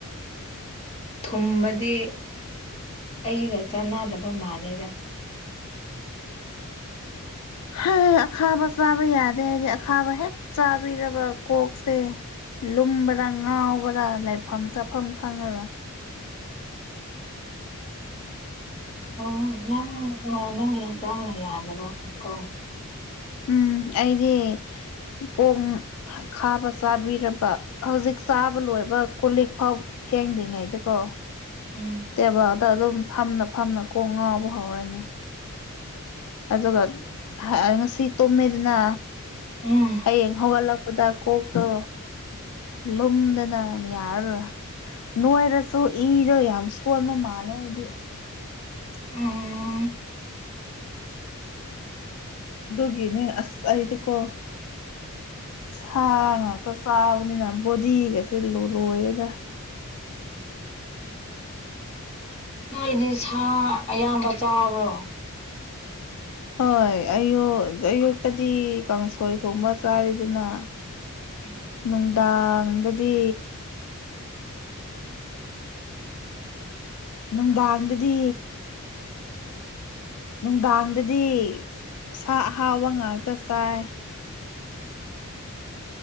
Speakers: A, on the left (about 25°); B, on the left (about 85°).
A: ꯊꯨꯝꯕꯗꯤ ꯑꯩꯒ ꯆꯥꯟꯅꯗꯕ ꯃꯥꯂꯦꯗ
B: ꯍꯣꯏ ꯑꯈꯥꯕ ꯆꯥꯕ ꯌꯥꯗꯦ ꯍꯥꯏꯗꯤ ꯑꯈꯥꯕ ꯍꯦꯛ ꯆꯥꯕꯤꯔꯕ ꯀꯣꯛꯁꯦ ꯂꯨꯝꯕꯔꯥ ꯉꯥꯎꯕꯔꯥ ꯂꯥꯏꯐꯝ ꯆꯥꯐꯝ ꯈꯪꯉꯔ
A: ꯎ ꯅꯪ ꯅꯪꯒꯤ ꯍꯛꯆꯥꯡꯅ ꯌꯥꯗꯕ ꯀꯣ
B: ꯎꯝ ꯑꯩꯗꯤ ꯀꯣꯡ ꯈꯥꯕ ꯆꯥꯕꯤꯔꯕ ꯍꯧꯖꯤꯛ ꯆꯥꯕ ꯂꯣꯏꯕ ꯀꯣꯂꯤꯛ ꯐꯥꯎ ꯐꯦꯡꯗ꯭ꯔꯤꯉꯩꯗꯀꯣ
A: ꯎꯝ
B: ꯇꯦꯕꯥꯗ ꯑꯗꯨꯝ ꯐꯝꯅ ꯐꯝꯅ ꯀꯣꯡ ꯉꯥꯎꯕ ꯍꯧꯔꯅꯤ ꯑꯗꯨꯒ ꯉꯁꯤ ꯇꯨꯝꯃꯦꯗꯨꯅ
A: ꯎꯝ
B: ꯍꯌꯦꯡ ꯍꯧꯒꯠꯂꯛ ꯈꯨꯗ ꯀꯣꯛꯇꯣ ꯂꯨꯝꯗꯅ ꯌꯥꯔ ꯅꯣꯏꯔꯁꯨ ꯏꯗꯣ ꯌꯥꯝ ꯁꯣꯟꯕ ꯃꯥꯜꯂꯦ ꯍꯥꯏꯗꯤ
A: ꯎꯝ
B: ꯗꯣꯒꯤꯅꯤ ꯑꯁ ꯑꯩꯗꯤ ꯀꯣ ꯁꯥ ꯉꯥꯛꯇ ꯆꯥꯕꯅꯤꯅ ꯕꯣꯗꯤꯒꯁꯦ ꯂꯣꯏꯔꯦꯗ
A: ꯅꯣꯏꯗꯤ ꯁꯥ ꯑꯌꯥꯝꯕ ꯆꯥꯕ꯭ꯔꯣ
B: ꯍꯣꯏ ꯑꯌ ꯑꯌꯨꯛꯇꯗꯤ ꯀꯥꯡꯁꯣꯏ ꯊꯣꯡꯕ ꯆꯥꯔꯤꯗꯅ
A: ꯎꯝ
B: ꯅꯨꯡꯗꯥꯡꯗꯗꯤ ꯅꯨꯡꯗꯥꯡꯗꯗꯤ ꯅꯨꯡꯗꯥꯡꯗꯗꯤ ꯁꯥ ꯑꯍꯥꯎꯕ ꯉꯥꯛꯇ ꯆꯥꯏ